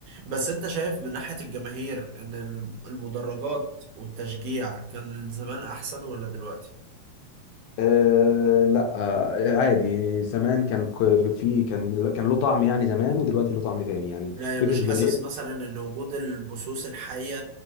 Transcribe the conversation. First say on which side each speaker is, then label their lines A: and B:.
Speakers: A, on the right; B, on the left.
A: بس انت شايف من ناحية الجماهير ان الم- المدرجات والتشجيع كان زمان احسن ولا دلوقتي؟
B: آه لا آه عادي زمان كان ك- في كان كان له طعم يعني زمان ودلوقتي له طعم تاني يعني
A: لا
B: فكره
A: مش
B: الجماهير
A: حاسس مثلا ان وجود البثوث الحية